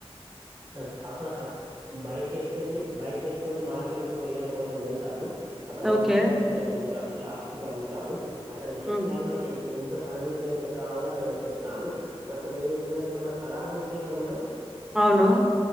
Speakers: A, on the right; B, in the centre.
A: నక్ అక్కడ అక్ బైక్ ఏసుకని బైక్ ఏసుకొని మార్కెట్ కు రొయ్యల కోసం వెళ్తాను అక్కడ
B: ఓకే
A: రొయ్యల వ్యక్తి అని ఉంటాడు షాప్కీపర్ ఉంటాడు అతనిక్ చెప్తారు
B: ఉమ్
A: నాకెన్ ఎంత పరిమితి ఎంత్ కావాలో అతని చెప్తాను అతనేంట్ టి దంటే మన తరాజు ఉంటాయి కద మేడం
B: అవును